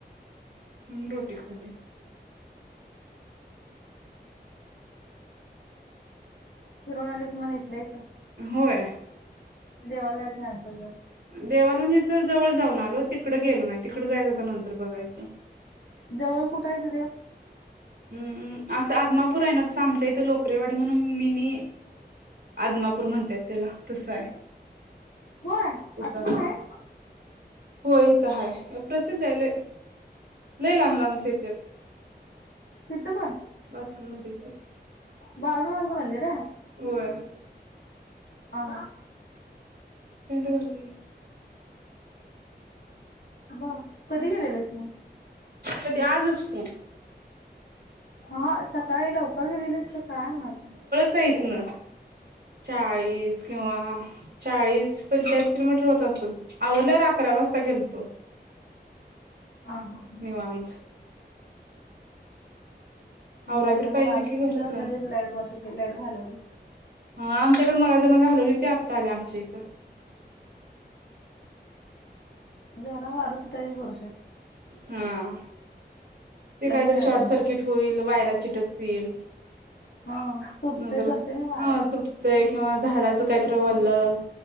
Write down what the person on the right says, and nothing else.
हम् रोटी खाली.
होय.
देवाला म्हणजे जवळ जाऊन आलो तिकडं गेलो नाही. तिकडं जायचं आता नंतर बघायच.
अं, असं आदमापूर आहे ना, तसं आमच्या इथे लोकरेवाडी म्हणून मिनी आदमापूर पूर म्हणतेत त्याला तसं आहे.
थ
ह
हो इथं हाय प्रसिद्ध आहे लय लय लांब लांबचे येतात.
बाथरूम मधेय ते.
होय. <unintelligible>
<unintelligible>
कधी आजच की.
च इथन. चाळीस, किंवा चाळीस पंचाळीस किलोमीटर होत असल. आवरल्यावर अकरा वाजता गेलतो.
निवांत.
आवराय
तर पाहिजे
की
घरातलं
ह आमच्याकडे मगाच धरण घालवली होती. आत्ता आली आमच्या इथं.
हा, ते
कायतर
शॉर्ट
सर्किट
होईल, वायरा चिटकतील.
नंतर
ह तुटतेय किंवा झाडाच काय तर ओलं,